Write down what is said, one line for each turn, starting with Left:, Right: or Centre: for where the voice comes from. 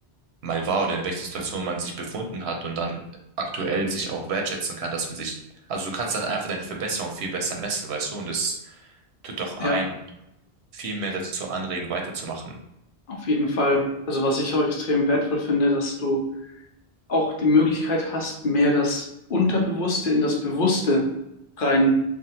Right: mal war oder in welchen Situationen man sich befunden hat und dann aktuell sich auch wertschätzen kann, dass man sich, also du kannst dann einfach deine Verbesserung viel besser messen, weißt du, und das tut doch einen
Left: Ja,
Right: viel mehr dazu anregen, weiterzumachen.
Left: auf jeden Fall. Also was ich auch extrem wertvoll finde, dass du auch die Möglichkeit hast, mehr das Unterbewusste in das Bewusste rein